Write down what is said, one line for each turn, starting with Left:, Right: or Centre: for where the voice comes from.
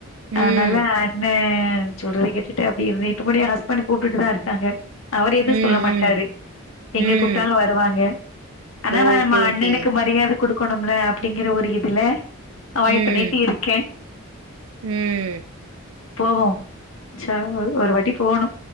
Left: அதனால
Right: ம்
Left: அண்ண சொல்றத கேட்டுட்டு அப்டே இருந்து இப்பகூட எ ஹஸ்பண்ட் கூப்டுட்டுதா இருக்காங்க அவர் எது
Right: ம்
Left: சொல்ல மாட்டாரு
Right: ம்
Left: எங்க
Right: ம்
Left: கூப் டாலு வருவாங்க ஆனா நாம
Right: ஓகே ஓகே
Left: அண்ணனுக்கு மரியாத குடுக்கணும்ல அப்டிங்கற ஒரு இதுல அவாய்
Right: ம்
Left: பண்ணீட்டு இருக்கே
Right: ம்
Left: போவோம் ஷாவு ஒரு வாட்டி போணு